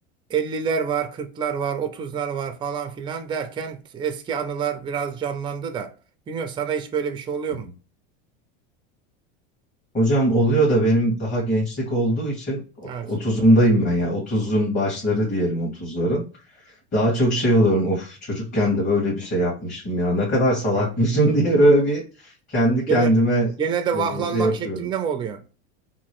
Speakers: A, on the right; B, on the left.
A: Elliler var, kırklar var, otuzlar var falan filan derken eski anılar biraz canlandı da. Bilmiyorum sana hiç böyle bir şey oluyor
B: Hı hı.
A: mu?
B: Hocam oluyor da benim daha gençlik olduğu için o-
A: Evet.
B: 30'umdayım ben ya. otuzun başları diyelim otuzların. Daha çok şey oluyorum. Of çocukken de böyle bir şey yapmışım ya. Ne kadar salakmışım
A: Evet.
B: <laughs> diye böyle bir kendi kendime
A: Gene, gene de
B: e,
A: vahlanmak
B: şey yapıyorum.
A: şeklinde mi oluyor?